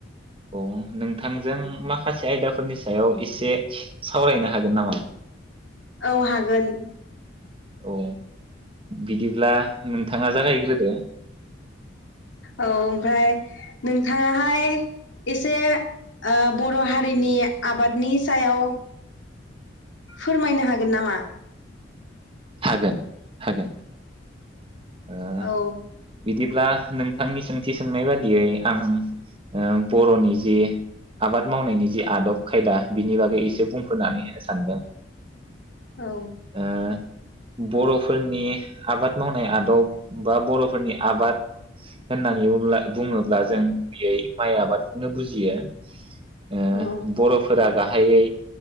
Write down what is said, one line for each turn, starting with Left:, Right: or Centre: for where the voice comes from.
Right: औ नोंथांजों माखासे आयदाफोरनि सायाव एसे सावरायनो हागोन नामा?
Left: औ हागोन
Right: औ बिदिब्ला नोंथाङा जागायग्रोदो
Left: औ ओमफ्राय नोंथाङाहाय एसे ओ बर' हारिनि आबादनि सायाव फोरमायनो हागोन नामा?
Right: हागोन हागोन ओ
Left: औ
Right: बिदिब्ला नों थांनि सोंथि सोंनाय बादियै आं ओ बर'नि जि आबाद मावनायनि जि आदब खायदा बिनि बागै एसे बुंफोरनानै होनो सानदों
Left: औ
Right: ओ बर'फोरनि आबाद मावनाय आदब बा बर'फोरनि आबाद होननानै बुङो बुङोब्ला जों बेै माइ आबादखौनो बुजियो ओ
Left: औ
Right: बर'फोरा गा हायै